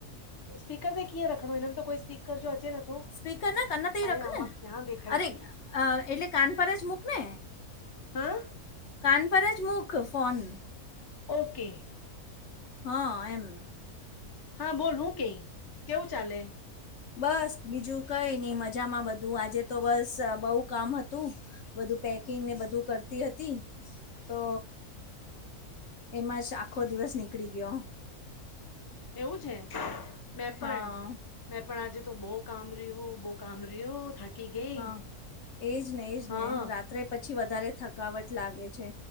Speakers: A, on the left; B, on the left.
A: સ્પીરથી કીં રખડો એનેમ તો કોઈ સ્પીર જો અચે નથી.
B: સ્પીકર ના કના ત
A: અરે
B: રખ
A: આમાં
B: ને
A: ક્યાં દેખાય
B: અરે
A: છે.
B: અ એટલે કાન પર જ મૂક ને
A: હા.
B: કાન પર જ મુક ફોન.
A: ઓકે.
B: હા એમ.
A: હા બોલ હું કેઈ કેવું ચાલે.
B: બસ બીજું કઈ નહી મજામાં બધું આજે તો બસ બહુ કામ હતું. બધું પેકિંગ ને બધું કરતી હતી. તો એમાં જ આખો દિવસ નીકળી ગયો.
A: એવું છે મે પણ.
B: હા
A: મેં પણ આજે તો બહુ કામ રહ્યું બહુ કામ રહ્યું થાકી ગઈ
B: હા એજ ને એજ
A: હા
B: ને રાત. અત્રે પછી વધારે થકાવટ લાગે છે